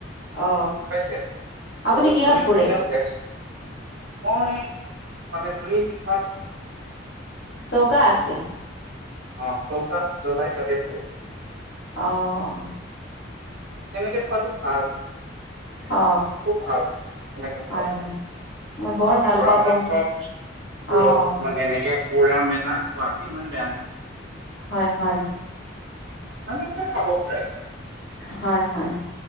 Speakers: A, on the left; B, on the right.
A: অ
B: পাইছে চ
A: আপুনি কিহত
B: জুই
A: পুৰে
B: হলেও গেছ। মই মানে জই শিক্ষাত।
A: চৌকা আছে।
B: অ চৌকাত জ্বলাই তাতে পুৰো।
A: অহ।
B: তেনেকে খোৱাতটো ভাল।
A: অ',
B: খুব ভাল এনেকে খোৱাটো।
A: হয়, হয়। মই বৰ
B: আপুনি
A: ভাল
B: পৰামৰ্শত
A: পাওঁ বহুত অ',
B: ৰ মানে এনেকে। পুৰা মেলা খোৱাতো ইমান বেয়া নহয়।
A: হয় হয়।
B: নে খাব প।
A: হয় হয়।